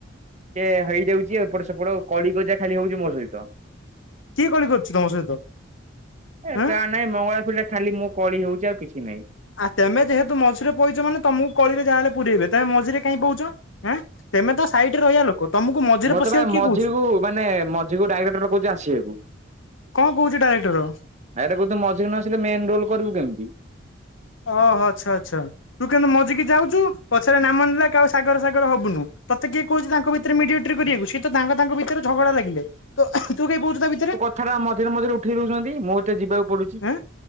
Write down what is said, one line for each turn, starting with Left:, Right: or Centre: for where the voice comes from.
Right: ଟିକେ ହେଇଯାଉଛି ଏ ଏପଟ ସେପଟ କଳି କଜିଆ ଖାଲି ହଉଛି ମୋ ସହିତ
Left: କିଏ କଳି କରୁଛି ତମ ସହିତ?
Right: ଏ
Left: ଆଁ?
Right: କାଁ ନାହିଁ ମଙ୍ଗଳାପିରରେ ଖାଲି ମୁଁ କଳି ହଉଛି ଆଉ କିଛି ନାହିଁ।
Left: ଆ ତମେ ଯେହେତୁ ମଝିରେ ପହୁଛ ମାନେ ତମକୁ କଳିରେ ଯାହା ହେଲେ ପୁରେଇବେ ତମେ ମଝିରେ କାଇହିଁ କହୁଛଁ? ତମେ ତ ସାଇଡରେ ରହିବା ଲୋକ ତମକୁ ମଝିରେ
Right: ମତେ
Left: ପଶିବାକୁ
Right: ବା
Left: କିଏ
Right: ମଝିକୁ
Left: କହୁଛି?
Right: ମାନେ ମଝିକୁ ଡାଇରେକ୍ଟର କହୁଛି ଆସିବାକୁ।
Left: କଣ କହୁଛି ଡାଇରେକ୍ଟର?
Right: ଆଇଟା କହୁ ମଝିରେ ନଆସିଲେ ମେନ ରୋଲ କରିବୁ କେମିତି?
Left: ଓହଃ ଆଛା ଆଛା। ତୁ କିନ୍ତୁ ମଜିକି ଯାଉଛୁ ପଛରେ ନାମ ନେଲେ କୋଉ ସାଗର ସାଗର ହବୁନୁ ତତେ କିଏ କହୁଛି ତାଙ୍କ ଭିତରେ ମିଡିଏଣ୍ଟି କରିବାକୁ ସିଏ ତ ତାଙ୍କ ଭିତରେ ଝଗଡା ଲାଗିଲ ତ ତୁ କେହି କହୁଛୁ ତା ଭିତରେ
Right: ଏଥର ମଝିରେ ମଝିରେ ଉଠେଇ ଦୋଉଚନ୍ତି ମୁଁ ଏତେ ଯିବାକୁ ପଡୁଚି।
Left: ଆଁ